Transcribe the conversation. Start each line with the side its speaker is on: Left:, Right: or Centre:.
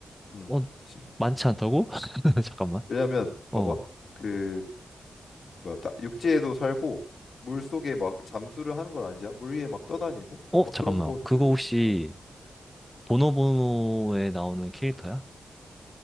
Left: 음,
Centre: 어,
Left: 그렇지.
Centre: 많지 않다고? <laughs> 잠깐만.
Left: 왜냐하면
Centre: 어.
Left: 봐봐 그 뭐야, 따- 육지에도 살고 물 속에 막 잠수를 하는 건 아니잖아. 물 위에 막 떠다니고
Centre: 어,
Left: 막
Centre: 잠깐만.
Left: 그런 것들.
Centre: 그거 혹시
Left: 어
Centre: 보노보노에 나오는 캐릭터야?